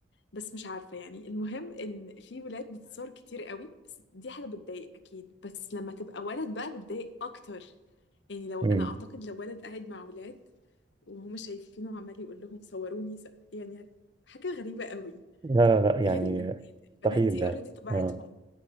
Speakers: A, on the left (about 75°); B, on the right (about 25°).
A: بس مش عارفة يعني المهم إن في ولاد بتتصور كتير قوي بس دي حاجة بتضايق أكيد بس لما تبقى ولد بقى بتضايق أكتر يعني لو
B: مم.
A: أنا أعتقد لو ولد قاعد مع ولاد وهم شايفينه عمال يقول لهم صوروني س... يعني حاجة غريبة قوي
B: لا لا لا يعني
A: غير البنات البنات
B: مستحيل
A: دي
B: لا
A: اوريدي طبيعتهم
B: آه